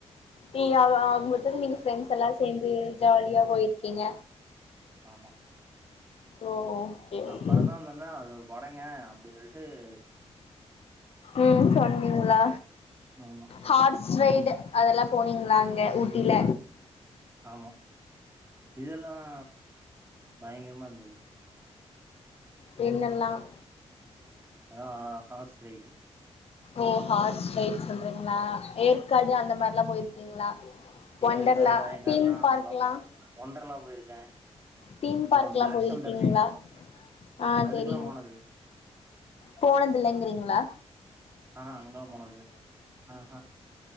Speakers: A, on the left; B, on the right.
A: நீங்க ஆக ஆக நீங்க பிரரெண்ட்ஸ் எல்லாம் சேர்ந்து ஜாலியா போயிருக்கீங்க
B: ஆமா
A: ஓ ஓகே
B: அப்புறம
A: ஓகே
B: தான் வந்தனா அது படங்க அப்படின்னு சொல்லிட்டு டூ
A: உம் சொன்னீங்களா
B: ஆமா
A: ஹார்ஸ் ரைடு அதெல்லாம் போனீங்களா இங்க ஊட்டில
B: ஆமா இதெல்லாம் பயங்கரமா இருந்தது
A: பெண்ணெல்லாம்
B: ஆஹ் ஹார்ஸ் ரைடு
A: ஓ ஹார்ஸ் ரைட் சொல்றீங்களா ஏற்காடு அந்த மாரில்லாம் போயிருக்கீங்களா ஒண்டர்ல
B: ஏற்காடு வயக்காடுலா
A: தீம் பார்க்ல்லம்
B: அங்கெல்லா போனதுல்ல ஒண்டர்லா போயிருக்கே
A: தீம்
B: அப்புற
A: பார்க் எல்லாம்
B: பிளாக்
A: போயிருக்கீங்களா
B: தண்டர் தெரியுங்களா
A: ஆ
B: அதுக்கெல்லா
A: தெரிய
B: போனதில்ல
A: போனதுலங்கீங்களா
B: ஆஹ் அங்க போதுது இல்ல ஆஹ்ஹ்